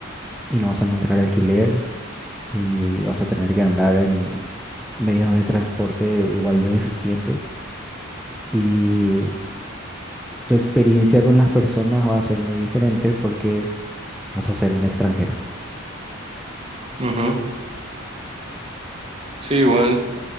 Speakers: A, in the centre; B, on the right.
A: y no vas a encontrar alquiler, y vas a tener que andar en medios de transporte igual de deficientes. Y tu experiencia con las personas va a ser muy diferente porque vas a ser un extranjero.
B: Ujú. Sí, igual